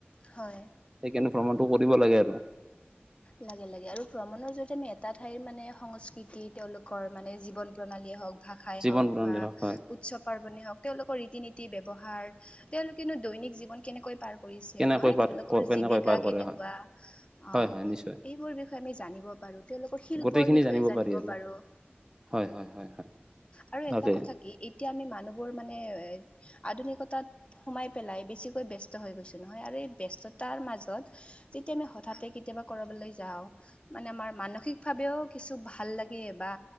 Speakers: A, on the left; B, on the right.
A: হয়।
B: সেইকাৰণে ভ্ৰমণটো কৰিব লাগে, আৰু।
A: লাগে, লাগে, আৰু ভ্ৰমণৰ জৰিয়তে আমি এটা ঠাইৰ মানে সংস্কৃতি তেওঁলোকৰ মানে জীৱন প্ৰণালীয়ে, হওঁক। ভাষাই
B: জীৱন
A: হ'ওক
B: প্ৰণালীভাগ
A: বা
B: হয়
A: উৎসৱ পাৰ্বণেই হ'ওক তেওঁলোকৰ ৰীতি-নীতি ব্যৱহাৰ, তেওঁলোকেনো দৈনিক জীৱন কেনেকৈ পাৰ কৰিছে
B: কেনেকৈ
A: নহয়,
B: পাৰ
A: তেওঁলোকৰ
B: কেনেকৈ
A: জীৱিকা
B: পাৰ কৰে
A: কেনেকুৱা
B: হয় হয়
A: অ,
B: হয় নিশ্চয়
A: এইবোৰ বিষয়ে আমি জানিব পাৰো, তেওঁলোকৰ শিল্পৰ
B: গোটেইখিনি
A: বিষয়ে জানিব
B: পাৰি আৰু
A: পাৰো।
B: হয় হয় হয় হয়
A: আৰু এটা
B: তাকে
A: কথা কি, এতিয়া আমি মানুহবোৰ মানে এ, আধুনিকতাত সোমাই পেলাই বেছিকৈ ব্যস্ত হৈ গৈছো, নহয় আৰু এই ব্যস্ততাৰ মাজত যেতিয়া আমি হঠাতে কেতিয়াবা কৰাবলৈ যাওঁ। মানে আমাৰ মানসিক ভাৱেও কিছু ভাল লাগে, বা